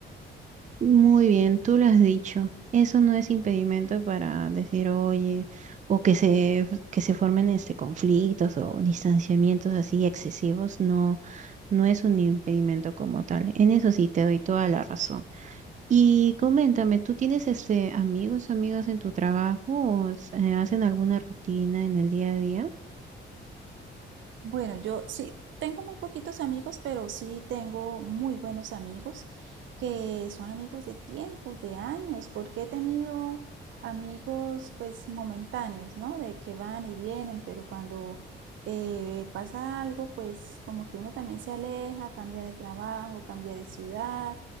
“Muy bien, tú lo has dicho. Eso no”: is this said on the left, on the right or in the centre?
Right